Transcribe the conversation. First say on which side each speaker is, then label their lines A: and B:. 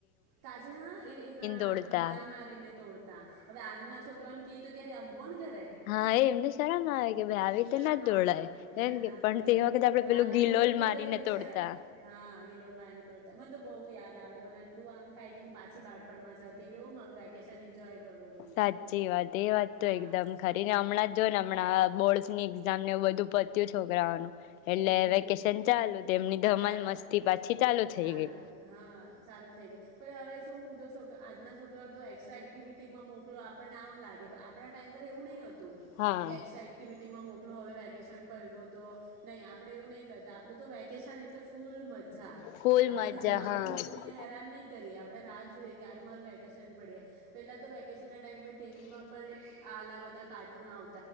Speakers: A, on the right (about 50°); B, on the left (about 65°).
A: તાજે હા એ હા
B: તોડતા
A: મારી મારીને તોડતા હવે આજના છોકરાને તો ક્યારે કોણ કરે
B: હા એ એમને શરમ આવે કે ભાઈ આવી રીતે
A: શરમ
B: ના
A: આવે
B: તોડાય
A: ન
B: એમ કે
A: ના
B: પણ
A: તોડાય
B: તે વખતે
A: પણ
B: પેલું
A: આપડે
B: ગિલોલ
A: બધું કરેલું
B: મારીને તોડતા
A: છે હા લો માને તોડતા મને તો બહ યાદ આવે મને. મન થાય કે હું પાછી બાળપણમાં જતી રહી અને મારું વેકેશન એન્જોય... કરું હું
B: સાચી વાત છે, એ વાત
A: હા
B: તો એકદમ ખરી ને! હમણાં જ જો ને... હમણાં બોર્ડની એક્ઝામ ને બધું પત્યું છોકરાઓનું
A: હમ્મ
B: એટલે વેકેશન ચાલુ તેમની ધમાલ
A: ચાલો
B: મસ્તી પાછી ચાલુ થઈ
A: ચાલો
B: ગઈ.
A: હા ચાલુ થઈ ગય હવે શું હું તો છોકરા... આજના છોકરાઓ તો એક્સ્ટ્રા એક્ટિવિટીમાં મોકલો આપણને આમ લાગે પણ આપણા ટાઈમ પર એવું નહીં હતું.
B: હા.
A: કે એક્સ્ટ્રા એક્ટિવિટી મા મોકલું હવે વે વકેશન પયડો તો.. નહીં આપડે એવું નહીં કરતા આપડું તો વેકેશન એટલે... ફૂલ મજા
B: ફૂલ
A: આપડે
B: મજા
A: ઘરમાં
B: હા
A: પણ મમ્મીને હેરાન નહીં કરીએ. આપણે રાહ જોઈએ કે ક્યારે મારું વેકેશન પડે પેલા તો વેકેશનના ટાઈમ પર ટીવીમાં પણ આલા બધા કાર્ટૂન આવતા.